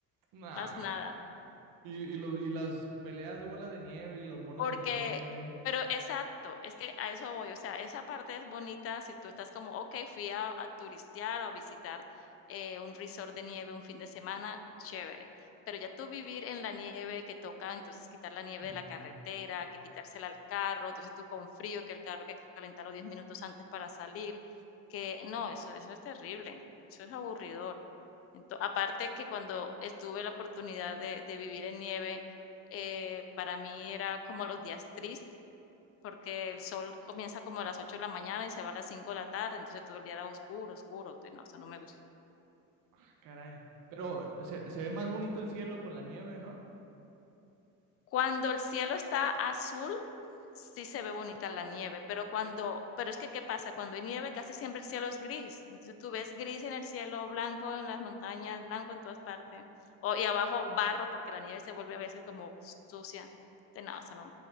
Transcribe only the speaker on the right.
Nah.
Y, y, lo- y las peleas de bola de nieve y los monos
de nieve.
Mm,
Ah, caray. Pero se, se ve más bonito el cielo con la nieve, ¿no?